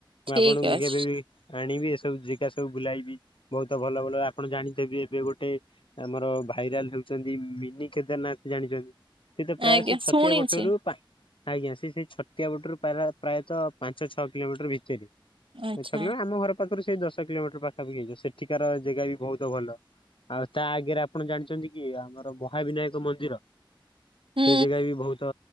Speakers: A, on the left (about 80°); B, on the right (about 85°).
A: ମୁଁ
B: ଠିକ
A: ଆପଣଙ୍କୁ
B: ଅଛି।
A: କେବେ ବି ଆଣିବି ଏସବୁ ଜାଗା ସବୁ ବୁଲାଇବି। ବହୁତ ଭଲ ଭଲ ଆପଣ ଜାଣିଥିବେ, ଏବେ ଗୋଟେ ଆମର ଭାଇରାଲ ହଉଛନ୍ତି, ମିନି କେଦାରନାଥ ଜାଣିଚନ୍ତି? ସେ ତ
B: ଆଜ୍ଞା
A: ପ୍ରାୟ ସେ ଛତିଆ
B: ଶୁଣିଛି
A: ବଟରୁ, ଆଜ୍ଞା ସେ ସେ ଛତିଆ ବଟରୁ ପ୍ରା ପ୍ରାୟତଃ ପାଞ୍ଚ ଛଅ କିଲୋମିଟର ଭିତରେ,
B: ଆଚ୍ଛା
A: ଛ କିଲୋମିଟର ଆମ ଘର ପାଖରୁ ସେଇ ଦଶ କିଲୋମିଟର ପାଖାପାଖି ହେଇଯିବ। ସେଠିକାର ଜେଗା ବି ବହୁତ ଭଲ। ଆଉ ତା ଆଗରେ ଆପଣ ଜାଣିଚନ୍ତି କି, ଆମର ମହାବିନାୟକ ମନ୍ଦିର।
B: ହୁଁ
A: ସେ ଜେଗା ବି ବହୁତ,